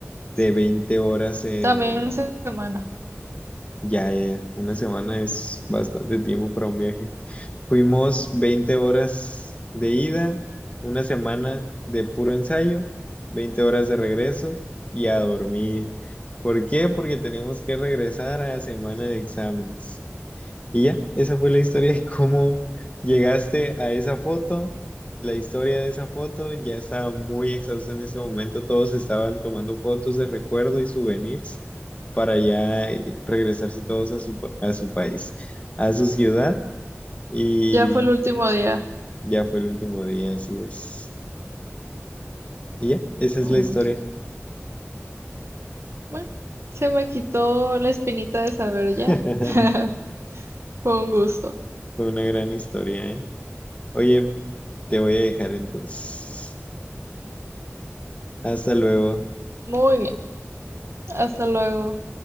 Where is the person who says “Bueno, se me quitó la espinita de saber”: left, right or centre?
Right